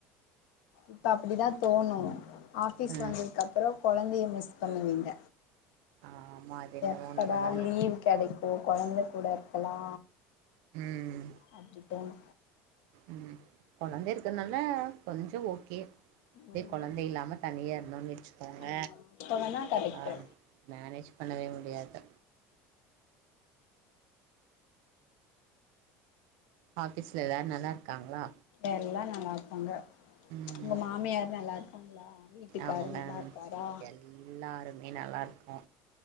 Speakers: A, on the left; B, on the right.
A: இப்ப அப்டிதா தோணு ஆஃபீஸ்
B: ம்
A: வந்ததுக்கு அப்றோ கொழந்தைய மிஸ் பண்ணுவீங்க
B: ஆமா என்னமோ
A: எப்படா
B: உண்மதாங்க
A: லீவ் கெடைக்கும் கொழந்தை கூட இருக்கலா
B: ம்
A: அப்டி தோணு
B: ம் கொழந்தை இருக்கறதுனால கொஞ்சோ ஓகே இதே
A: ம்
B: கொழந்தை இல்லாம தனியா இருந்தோன்னு வச்சுக்கோங்க
A: ஆமா இப்ப வேணா கரெக்ட்டு
B: ஆ மேனேஜ் பண்ணவே முடியாது ஆஃபீஸ்ல எல்லாரும் நல்லா இருக்காங்ளா
A: எல்லா நல்லா இருக்காங்க
B: ம்
A: உங்க மாமியார் நல்லா இருக்காங்ளா வீட்டுக்காரு
B: அவங்க
A: நல்லா இருக்காரா
B: எல்லாருமே நல்லா இருக்கோ